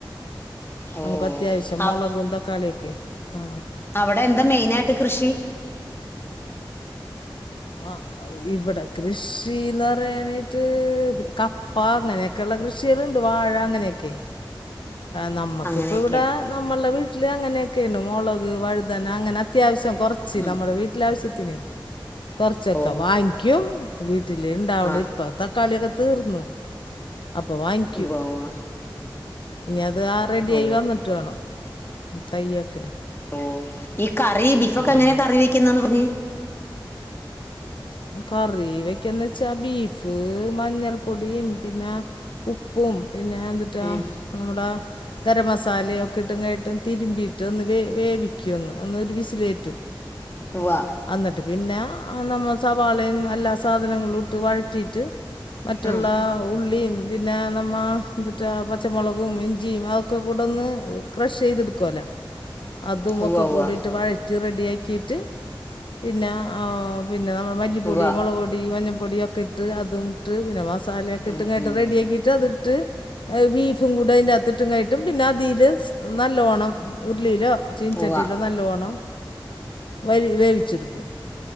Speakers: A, on the left; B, on the left.
A: ഓ
B: നമുക്ക് അത്യാവശ്യം
A: അവ
B: മുളകും, തക്കാളിയൊക്കെ ആ
A: അവിടെ എന്താ മെയിനായിട്ട് കൃഷി
B: ആ ഇവിടെ കൃഷിന്ന് പറയാനായിട്ട് കപ്പ അങ്ങനെയൊക്കെയള്ള കൃഷികളുണ്ട് വാഴ അങ്ങനെയൊക്കെ. നമ്മുക്കിപ്പ
A: അങ്ങനെയൊക്കെയാ
B: ഇവിടെ നമ്മളുടെ വീ വീട്ടില് അങ്ങനെയൊക്കെയണ് മുളക്, വഴുതന, അങ്ങനെ അത്യാവശ്യം. കുറച്ച്
A: ഉം
B: നമ്മുടെ വീട്ടിലെ ആവശ്യത്തിന് കുറച്ചൊക്കെ
A: ഓ
B: വാങ്ങിക്കും വീട്ടിൽ ഇണ്ടാവണ
A: ആ
B: ഇപ്പൊ തക്കാളിയൊക്കെ തീർന്ന് അപ്പൊ വാങ്ങിക്കും
A: ഉവ്വ ഉവ്വ
B: ഞാൻ അത് റെഡിയായി
A: ഓ
B: വന്നിട്ട് വേണം തൈയെക്കെ
A: ഓ ഈ കറി ബിഫൊക്കെ എങ്ങനെയാ
B: ഉം
A: കറി വെക്കുന്നന്ന് പറഞ്ഞ
B: കറി വെക്കന്ന് വെച്ചാ ബീഫ് മഞ്ഞൾപ്പൊടിയും പിന്നെ ഉപ്പും പിന്നെ എന്തിട്ടാ
A: ഉം
B: നമ്മുടെ ഗരം മസാലയെക്കെഇട്ട് ഇങ്ങട്ട് തിരുമ്പിയിട്ട് ഒന്ന് വേ വേവിക്കും ഒന്ന് ഒരു വിസിലേറ്റും
A: ഉവ്വ
B: അന്നട്ട് പിന്നെ ആ നമ്മ സവാളയും, എല്ലാ സാധനങ്ങളും ഇട്ട് വഴറ്റിയിട്ട് മറ്റുള്ള
A: ഉം
B: ഉള്ളിയും പിന്നെ നമ്മ എന്തിട്ട പച്ചമുളകും, ഇഞ്ചിയും അതൊക്കെ കൂടൊന്ന് ക്രഷ് ചെയ്തെടുക്കുവല്ലോ? അതുമൊക്കെ
A: ഉവ്വ ഉവ്വ
B: കൂടെയിട്ട് വഴറ്റി റെഡിയാക്കിയിട്ട് പിന്നെ ആ പി പിന്നെ നമ്മുടെ മല്ലിപ്പൊടി
A: ഉവ്വ
B: മുളകു പൊടി മഞ്ഞൾപ്പൊടിയൊ കഇട്ട്അതും ഇട്ട് പിന്നെ മസ മസാലയൊക്കെ
A: ഉം
B: ഇങ്ങനിട്ട്
A: ഉം
B: റെഡിയാക്കിട്ട് അത് ഇട്ട് ബീഫും കൂടെ അതിന്റെ അകത്തിട്ടും കയിട്ടും പിന്നെ അതീൽ നല്ലോണം ഉരുളിയിലോ ചീനിചട്ടിയില്
A: ഉവ്വ
B: നല്ലോണം അരി വേവിച്ചെടുക്കും